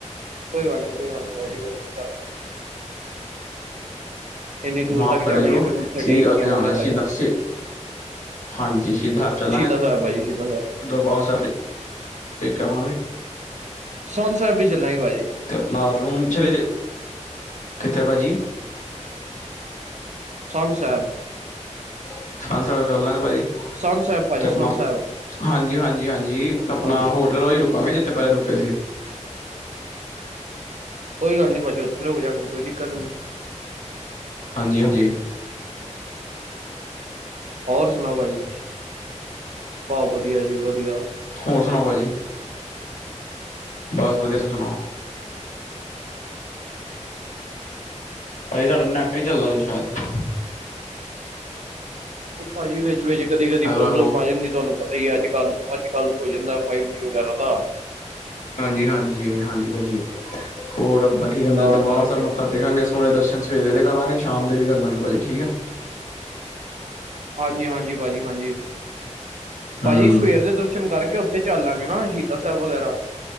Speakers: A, on the right; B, on the left.
A: ਕੋਈ ਗੱਲੀ ਕੋਈ ਗੱਲੀ ਭਾਜੀ ਉੱਥੇ ਵੀ ਚੱਲਾਂਗੇ। ਇੰਨੀ ਦੂਰ
B: ਮਾਫ਼
A: ਤੱਕ
B: ਕਰੀ
A: ਜਾਣਾ
B: ਵਾਹਿਗੁਰੂ
A: ਹੀ ਹੈ ਫਿਰ ਮੱਥੇ ਟੇਕ ਕੇ
B: ਉੱਥੇ
A: ਆਵਾਂਗੇ
B: ਆਣਾ ਸ਼ਹੀਦਾਂ
A: ਭਾਜੀ
B: ਸ਼ਹੀਦ। ਹਾਂਜੀ, ਸ਼ਹੀਦਾਂ ਸਾਹਿਬ ਚੱਲਾਂਗੇ
A: ਸ਼ਹੀਦਾਂ ਸਾਹਿਬ ਭਾਜੀ ਸ਼ਹੀਦਾਂ ਸਾਹਿਬ
B: ਦਰਬਾਰ ਸਾਹਿਬ। ਟੇਕ ਆਵਾਗੇ।
A: ਸੋਨ ਸਾਹਿਬ ਵੀ ਚੱਲਾਂਗੇ, ਭਾਜੀ।
B: ਉੱਥੇ ਆਪਣਾ ਰੂਮ ਵੀ ਜੇ ਕਿੱਥੇ ਭਾਜੀ।
A: <unintelligible>
B: <unintelligible> ਸਹਿਬ ਚਲਾਂਗੇ ਭਾਜੀ
A: ਸੰਨ ਸਾਹਿਬ ਭਾਜੀ
B: ਤੇ ਆਪਣਾ
A: ਸੰਨ ਸਾਹਿਬ
B: ਹਾਂਜੀ, ਹਾਂਜੀ, ਹਾਂਜੀ, ਆਪਣਾ
A: ਹਾਂਜੀ
B: ਹੋਟਲ ਉਈ ਰੁਕਾਂਗੇ, ਜਿੱਥੇ ਪਹਿਲੇ ਰੁਕੇ ਸੀ।
A: ਕੋਈ ਗੱਲ ਨੀ ਭਾਜੀ, ਉੱਥੇ ਰੋਕ ਜਾਗੇ ਕੋਈ ਦਿੱਕਤ ਨੀ
B: ਹਾਂਜੀ, ਹਾਂਜੀ
A: ਹੋਰ ਸੁਣਾਓ ਭਾਜੀ ਬਸ ਵਧੀਆ ਜੀ ਵਧੀਆ
B: ਹੋਰ ਸੁਣਾਓ ਭਾਜੀ ਬਸ ਵਧੀਆ ਤੁਸੀ ਸੁਣਾਓ ਭਾਜੀ ਸਾਡਾ ਨੈਟ ਨੀ ਚੱਲਦਾ ਸੀ ਸ਼ਾਇਦ
A: ਓ ਭਾਜੀ ਵਿੱਚ ਕਦੀ ਕਦੀ
B: ਹੈਲੋ
A: ਪ੍ਰੋਬਲਮ
B: ਹੈਲੋ
A: ਆ ਜਾਂਦੀ ਤੁਹਾਨੂੰ ਪਤਾ ਈ ਅੱਜ ਕੱਲ ਅੱਜ ਕੱਲ ਹੋ ਜਾਂਦਾ ਫਾਈਵ ਜੀ ਵਗੈਰਾ ਦਾ
B: ਹਾਂਜੀ ਹਾਂਜੀ ਹਾਂਜੀ ਭਾਜੀ ਹੋਰ ਆਪਾਂ ਕੀ ਕਹਿੰਦੇ
A: ਤਾਂ
B: ਦਰਬਾਰ
A: ਕਰਕੇ
B: ਸਾਹਿਬ ਮੱਥਾ। ਦੇਖਾਂਗਾ ਸੋਣੇ ਦਰਸ਼ਨ ਸਵੇਰੇ ਦੇ ਕਰਾਂਗੇ ਸ਼ਾਮ ਤੇ ਵੀ ਕਰਾਂਗੇ ਭਾਜੀ ਠੀਕ ਹੈ।
A: ਹਾਂਜੀ ਹਾਂਜੀ ਭਾਜੀ ਹਾਂਜੀ। ਭਾਜੀ
B: ਹਮ
A: ਸਵੇਰ ਦੇ ਦਰਸ਼ਨ ਕਰਕੇ ਉੱਥੇ ਚੱਲਾਂਗੇ ਨਾ ਸ਼ਹੀਦਾਂ ਸੇਬ ਵਗੈਰਾ